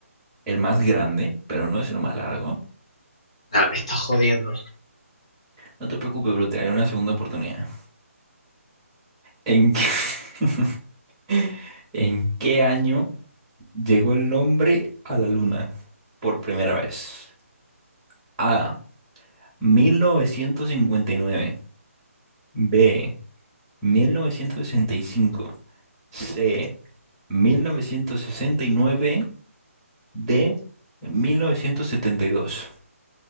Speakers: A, in the centre; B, on the left.
A: el más grande, pero no es el más largo.
B: Nah, me estás jodiendo.
A: No te preocupes, bro, te daré una segunda oportunidad. ¿En qué, <laughs> ¿En qué año llegó el nombre a la luna por primera vez? A. 1959. B. 1965. C. 1969. D. 1972.